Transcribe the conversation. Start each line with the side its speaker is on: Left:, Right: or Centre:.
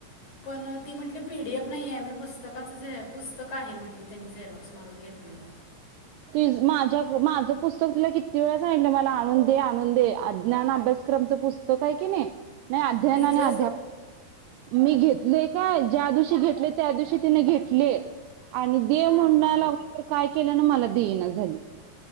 Left: पण ती म्हटली पी डी एफ नाही आहे मी पुस्तकाचं झ पुस्तक आहे म्हटले त्यांनी झेरॉक्स मारून घेतलेलं
Right: ती माझ्या माझं पुस्तक तीला किती वेळा सांगितल मला आणून दे, आणून दे ज्ञान अभ्यासक्रमचं पुस्तक आहे की नाही नाही अध्ययन
Left: घेतलंस
Right: आणि अध्यापक मी घेतलेय काय ज्या दिवशी घेतले त्या दिवशी तिने घेतली. आणि दे
Left: हां
Right: म्हनाय लागलोय तर काय केल्यान मला देई ना झाली.